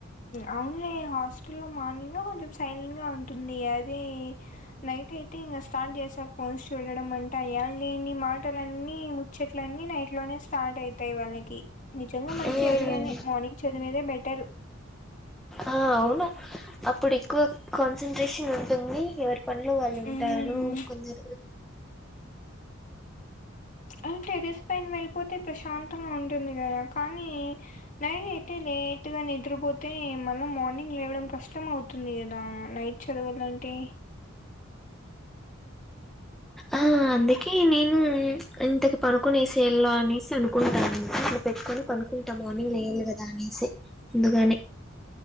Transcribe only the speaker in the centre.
మ్మ్
ఆ అవును అప్పుడు ఎక్కువ కాన్సన్ంట్రేషన్ ఉంటుంది ఎవరి పనులు వాళ్ళు ఉంటారు
కొందరు
ఆ అందుకే నేను ఇంతకి పనుకునే సేల్లో అనేసి అనుకుంటాను పెట్టుకొని పనుకుంటా మార్నింగ్ లేయాలి కదా అనేసి ముందుగానే